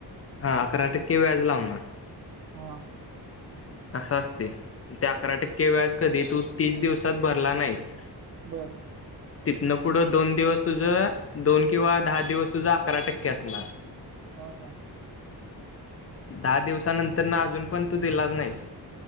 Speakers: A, on the left; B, on the right.
A: हा अकरा टक्के व्याज लावणार.
B: हा.
A: असं असते ते अकरा टक्के. ते व्याज कधी तू तीस दिवसात भरला नाहीस.
B: बर
A: तिथनं पुढं दोन दिवस तुझं दोन किंवा दहा दिवस तुझा अकरा टक्के असणार.
B: हम हम.
A: दहा दिवसानंतर ना अजून पण तू दिलाच नाहीस.